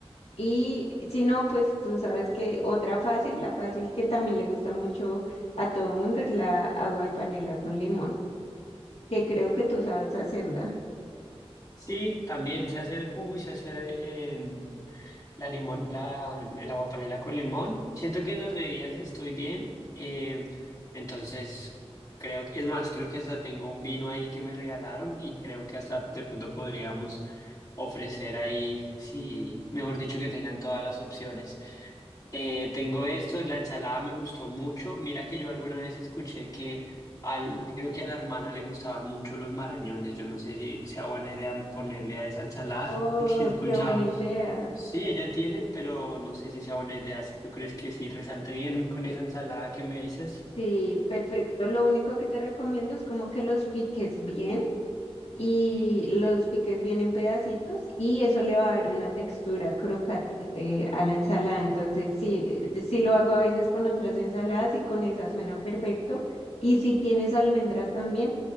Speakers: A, on the left (about 80°); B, on the left (about 35°).
A: Y si no, pues tú sabes que otra fácil, la fácil que también le gusta mucho a todo el mundo es la agua de panela con limón, que creo que tú sabes hacerla.
B: Sí, también se hace el jugo y se hace em, la limón, la, mm, el aguapanela con limón. Siento que en las bebidas estoy bien. em, entonces, creo que, es más, creo que hasta tengo un vino ahí que me regalaron y creo que hasta de pronto podríamos ofrecer ahí, sí, mejor dicho, que tengan todas las opciones. Eh, tengo esto, la ensalada me gustó mucho. Mira que yo alguna vez escuché que al, creo que a la hermana le gustaban mucho los marañones. Yo no sé si sea buena idea ponerle a esa ensalada,
A: Oh,
B: <laughs> porque he escuchado,
A: qué buena idea.
B: sí, ella tiene, pero no sé si sea buena idea. Si ¿Tú crees que sí resalte bien con esa
A: Sí,
B: ensalada que me dices?
A: sí, perfecto. Lo único que te recomiendo es como que los piques bien y los piques bien en pedacitos y eso le va a dar una textura crocante a la ensalada. Entonces, sí, sí lo hago a veces con otras ensaladas y con esa suena perfecto. Y si tienes almendras también,